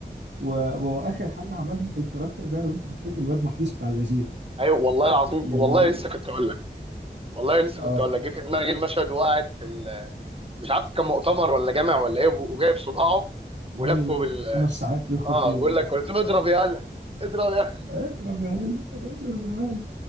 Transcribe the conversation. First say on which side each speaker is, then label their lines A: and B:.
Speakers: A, on the right; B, on the right.
A: و... واخر حاجه عملها في الكاركتر ده لو انت تفتكر الواد محروس بتاع الوزير
B: ايوه والله العظيم
A: يعني
B: والله
A: عل-
B: لسه كنت اقول لك والله لسه
A: اه
B: كنت اقول لك جه في دماغي المشهد وقاعد في ال... مش عارف كان مؤتمر ولا جامع ولا ايه وجايب صباعه
A: عمال
B: ولفه بال
A: خمس ساعات بيخطب
B: اه
A: فيهم
B: بقول
A: آه،
B: لك قلت له اضرب يا هلا اضرب يا
A: اضرب يا هلا اضرب يا هلا